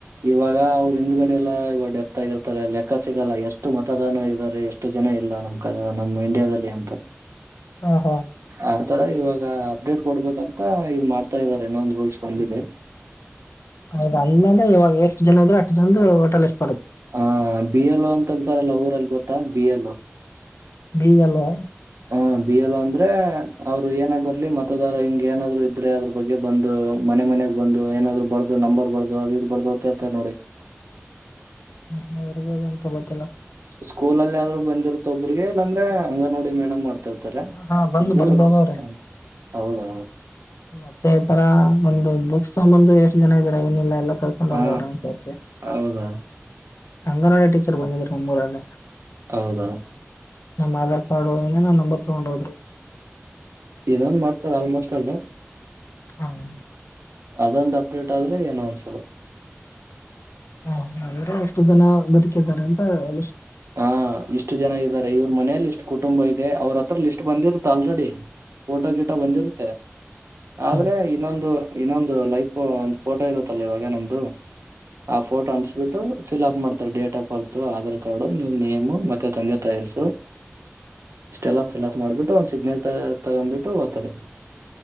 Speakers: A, on the right (about 75°); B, on the left (about 70°).
A: ಇವಾಗ ಅವರು ಹಿಂದ್ಗಡೆ ಎಲ್ಲ ಇವ ಡೆತ್ತ ಆಗಿರ್ತಾರೆ ಲೆಕ್ಕ ಸಿಗಲ್ಲ ಎಷ್ಟು ಮತದಾನ ಇದ್ದಾರೆ ಎಷ್ಟು ಜನ ಇಲ್ಲ ನಮ್ ಕನ ನಮ್ಮ್ ಇಂಡಿಯಾದಲ್ಲಿ ಅಂತ
B: ಹ ಹಾ
A: ಆತರ ಇವಾಗ ಅಪ್ಡೇಟ್ ಕೊಡ್ಬೇಕಂತ ಇವ್ ಮಾಡ್ತಾ ಇದಾರೆ ಇನೊಂದು ರೂಲ್ಸ್ ಬಂದಿದೆ
B: ಹೌದು ಅಂದ್ಮೇಲೆ ಇವಾಗ ಎಷ್ಟು ಜನ ಇದ್ರು ಅಷ್ಟು ಜನದ ಹೋಟೆಲ್ ಎಷ್ಟ
A: ಹ ಬಿ ಎಲ್ ಅಂತಂತಲ್ಲ ಊರಲ್ಲಿ ಗೊತ್ತಾ ಬಿ ಎಲ್
B: ಬಿ ಎಲ್ ಓ
A: ಹಾ ಬಿ ಎಲ್ ಅಂದ್ರೆ ಅವ್ರು ಏನ ಬರ್ಲಿ ಮತದಾರ ಹಿಂಗ ಏನಾದ್ರು ಇದ್ರೆ ಅದ್ರ ಬಗ್ಗೆ ಬಂದು ಮನೆ ಮನೆ ನಗ್ ಬಂದು ಏನಾದ್ರು ಬರ್ದು ನಂಬರ್ ಬರ್ದು ಅದು ಇದು ಬರ್ದು ಹೋಗ್ತಾರೆ ನೋಡಿ
B: ಹ್ಮ ಹ ಇರ್ಬೋದನಪ ಬ
A: ಸ್ಕೂಲ್ ಅಲ್ಲಿ ಆದ್ರು ಬಂದಿರ್ತ ಒಬ್ರಿಗೆ ಇಲ್ಲಾಂದ್ರೆ ಅಂಗನವಾಡಿ ಮೇಡಮ್ ಮಾಡ್ತ ತರೆ
B: ಹಾ ಬಂದು
A: ಇಬ್ರಾಲ್
B: ಬರ್ದ
A: ಒಬ್ರು
B: ಹೋಗವ್ರೆ
A: ಹ ಹೌದೌದು
B: ಮತ್ತೆ ಈ ತರ ಒಂದು ಬುಕ್ಸ್ ತಗೊಂಬಂದು ಎಷ್ಟು ಜನ ಇದಾರೆ ಏನಿಲ್ಲ ಎಲ್ಲ ಕರ್ಕೊಂಡ್
A: ಹ
B: ಹೋಗದವ್ರ ಅಂತ
A: ಹೌದಾ
B: ಅಂಗನವಾಡಿ ಟೀಚರ್ ಬಂದಿದ್ರ ನಮ್ಮೂರಲ್ಲೆ
A: ಹೌದಾ
B: ನಮ್ಮ್ ಆಧಾರ್ ಕಾರ್ಡ್ ಏನ ನಮ್ಮ್ ನಂಬರ್ ತಗೊಂಡ ಹೋದ್ರು
A: ಇದನ್ನೊನ್ ಮಾಡ್ತಾರ ಆಲ್ಮೋಸ್ಟ್ ಅಲ್ಲ
B: ಹ್ಮ
A: ಅದೊಂದು ಅಪ್ಡೇಟ್ ಆದ್ರೆ ಏನು ಅನ್ಸಲ್ಲ
B: ಹ ಅಂದ್ರೆ ಎಷ್ಟು ಜನ ಬದುಕಿದ್ದಾರೆ ಅಂತ ಎು
A: ಹಾ ಇಷ್ಟು ಜನ ಇದಾರೆ ಇವ್ರ ಮನೇೆಯಲ್ಲಿ ಇಷ್ಟು ಕು ಟುಂಬ ಇದೆ ಅವ್ರ ಹತ್ರ ಲಿಸ್ಟ್ ಬಂದಿರುತ್ತ ಆಲ್ರೆಡಿ ಫೋಟೋ ಗಿಟ ಬಂದಿರುತ್ತೆ
B: ಹ್ಮ್
A: ಆದ್ರೆ ಇನ್ನೊಂದು ಇನ್ನೊಂದು ಲೈಫ್ ಒಂದು ಫೋಟೋ ಇರುತ್ತಲ್ಲ ಇವಾಗ ನಮ್ದು ಆ ಫೋಟೋ ಅನ್ಸಬಿಟ್ಟು ಫಿಲ್ಅಪ್ ಮಾಡ್ತಾರೆ date of birth Aadhaar card ನಿಮ್ಮ ನೇಮು ಮತ್ತೆ ತಂದೆ ತಾಯಿ ಹೆಸರು ಇಷ್ಟೆಲ್ಲ ಫಿಲ್ಅಪ್ ಮಾಡ್ಬಿಟ್ಟು ಒಂದ್ ಸಿಗ್ನತ ತಗೊಬಿಟ್ಟು ಓತಾರೆ